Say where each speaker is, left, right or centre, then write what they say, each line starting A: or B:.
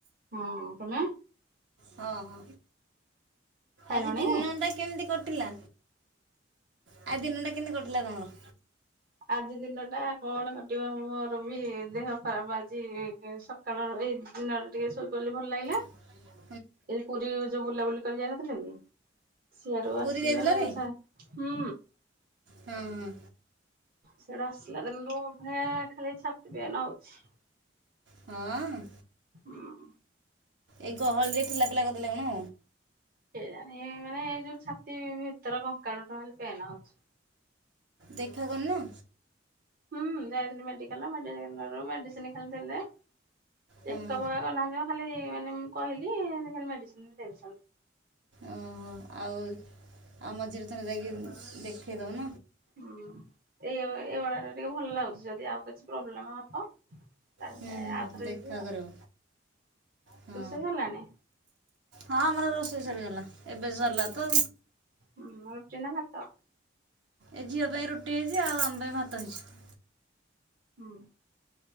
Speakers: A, on the right; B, on the right.
A: ହଁ ତମେ।
B: ହଁ ହଁ
A: ଖାଇଲଣି?
B: ଆଜି ଦିନ ଟା। କେମିତି କଟିଲା ଆ ଦିନଟା କେମିତି କଟିଲା ତମର।
A: ଆଜି ଦିନ ଟା କଣ କଟିବ ମୋର ବି ଦେହ ଖରାପ ଆଜି କାଳର ଏଇ ଦିନରେ ଟିକେ ଶୋଇପଇଲି ଭଲ ଲାଗିଲା।
B: <unintelligible>
A: ଏ ପୁରୀ ଯୋଉ ବୁଲାବୁଲି କରି ଯାଇନଥିଲେ କି। ସିଆଡୁ
B: ପୁରୀ
A: ଆସିଲା
B: ଯାଇଥିଲରେ
A: ସା ହୁଁ।
B: ହଁ, ହଁ।
A: ସେଇଟା ଆସିଲା ଦିନରୁ ଭେ ଖାଲି ଛାତି ପେନେ ହଉଛି।
B: ହଁ ଅ।
A: ହୁଁ।
B: ଏଇ ଗହଳି ରେ ଠେଲା, ପେଲା କରିଦେଲେ କଣ।
A: ସେ ଜାଣ ଏ ମାନେ ଏଇ ଯୋଉ ଛାତି ଭିତର କଙ୍କାଳୁ ଟା ଖାଲି ପେନ୍ ହଉଛି।
B: ଦେଖା କରିନ।
A: ହୁଁ ଯାଇଥିଲି ମେଡିକାଲ ମେଡିକାଲରୁ ମେଡିସିନି ଖାଲି ଦେଲେ। ଚେକଅପ୍
B: ହଁ
A: କରିନାହାନ୍ତି ଖାଲି ମାନେ ମୁଁ କହିଲି ଏମିତି ଖାଲି ମେଡ଼ିସିନ ଦେଉଛନ୍ତି।
B: ଓହୋ ଆଉ- ଆଉ ମଝିରେ ଥରେ ଯାଇକି ଦେଖେଇ ଦଉନୁ।
A: ହୁଁ ଏଇ ଏଇଭଡା ଟା ଟିକେ ଭଲ ଲାଗୁଛି ଯଦି ଆଉ କିଛି ପ୍ରୋବ୍ଲେମ ହବ। ଚାଲି
B: ହୁଁ ହୁଁ
A: ଆଉଥରେ
B: ଦେଖା
A: ଯିବି ଆଉ
B: କରିବ ହଁ
A: ରୁଷେଇ ସରିଲାଣି।
B: ହଁ ଆମର ରୋଷେଇ ସରିଗଲା ଏବେ ସରିଲା ତ।
A: ହୁଁ ରୁଟି ନା ଭାତ।
B: ଏ ଝିଅ ପାଇଁ ରୁଟି ହେଇଛି ଆଉ ଆମ ପାଇଁ ଭାତ ହେଇଛି।
A: ହଁ।